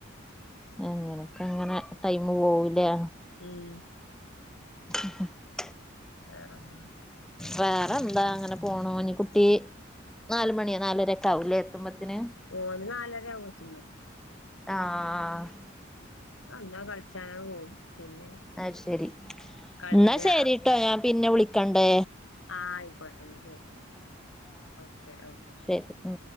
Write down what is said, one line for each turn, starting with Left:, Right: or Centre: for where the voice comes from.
Centre: അങ്ങനൊക്കങ്ങനെ ടൈമ് പോവുല്ലെ?
Left: ഉം
Centre: <inaudible>
Left: വേറെന്താ?
Centre: വേറെന്താ അങ്ങനെ പോണു ഇനി കുട്ടീ നാല് മണി നാലരൊക്കെയാവൂല്ലേ എത്തുമ്പത്തിന്?
Left: ഓള് നാലരയാവും എത്തുമ്പൊത്ത്ന്
Centre: ആഹ്
Left: വന്നാ കൾച്ചാനാണ്ട് പോകും പിന്നെ
Centre: അയ് ശെരി
Left: കളിന്റെ
Centre: എന്നാ ശരിട്ടോ ഞാൻ പിന്നെ വിളിക്കെണ്ട്
Left: ആഹ് അയ്ക്കോട്ടെന്നാ ശരി ഓക്കെ ഓക്കെ
Centre: ശരി ഉം